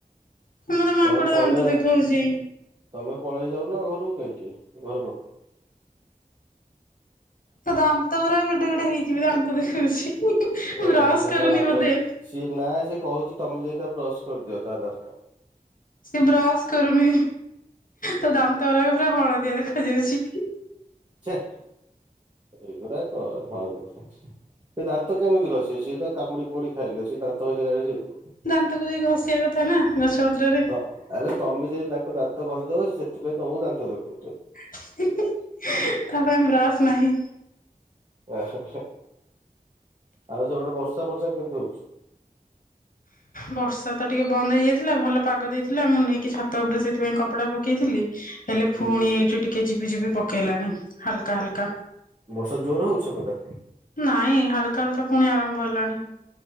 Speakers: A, on the left; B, on the right.
A: ମତେ
B: ତମେ
A: ମାଙ୍କଡ
B: ପଳେଇ
A: ଦାନ୍ତ ଦେଖଉଜି।
B: ତମେ ପଳେଇ ଯାଉନ ଘରକୁ କାହିଁକି ଘର ପାଖକୁ।
A: ତା ଦାନ୍ତ ଗୁରା କେଡେ କେଡେ ହେଇଯିବ ବେ ଦାନ୍ତ ଦେଖଉଚି ବ୍ରସ
B: ତମେ ଯାଇ
A: କରୁନି
B: ତା ଦାନ୍ତ
A: ବୋଧେ।
B: ସିଏ ନା ସିଏ କହୁଛି ତମେ ଯାଇ ତା ବ୍ରଶ କରିଦିଅ ତା ଦାନ୍ତ।
A: ସେ ବ୍ରଶ କରୁନି ତା ଦାନ୍ତ ଗୁରା ପୁରା ହଳଦିଆ ଦେଖାଯାଉଚି।
B: ଛେ! ଏଗୁରା କଣ ଭାବୁଛୁ? ସେ ଦାନ୍ତ କେମିତି ଘଷିବେ ସିଏ ତ କାମୁଡି କୁମୁଡି ଖାଇଲେ ସେ ଦାନ୍ତ ଘଷିବା ଜାଣିଚନ୍ତି।
A: ଦାନ୍ତକୁ ଯାଇ ଘସିଆ କଥା ନା ଗଛ ପତ୍ରରେ।
B: ତ ଆରେ ତମେ ଯାଇ ତାଙ୍କ ଦାନ୍ତ ଘଷି ଦବ। ସେ ସେଥିପାଇଁ ତମୁକୁ ଦାନ୍ତ ଦେଖଉଚ
A: ହିଁ ହିଁ ହେ! ତା ପାଇଁ ବ୍ରସ୍ ନାହିଁ।
B: ଆଁ ହାଁ ହାଁ! ଆଉ ସେପଟେ ବର୍ଷା ଫର୍ଷା କେମିତି ହଉଛି?
A: ବର୍ଷା ତ ଟିକେ ବନ୍ଦ ହେଇଯାଇଥିଲା। ଭଲ ପାଗ ଦେଇଥିଲା ମୁଁ ନେଇକି ଛାତ ଉପରେ ସେଇଥିପାଇଁ କପଡା ପକେଇଥିଲି। ହେଲେ
B: ହୁଁ
A: ଫୁଣି
B: ହୁଁ
A: ଏଇଠି ଟିକେ ଝିପି ଝିପି ପକେଇଲାଣି ହାଲକା ହାଲକା।
B: ବର୍ଷା ଜୋର ହଉଚି ସେପଟେ।
A: ନାଇଁ ହାଲକା ହାଲକା ଫୁଣି ଆରମ୍ଭ ହେଲାଣି।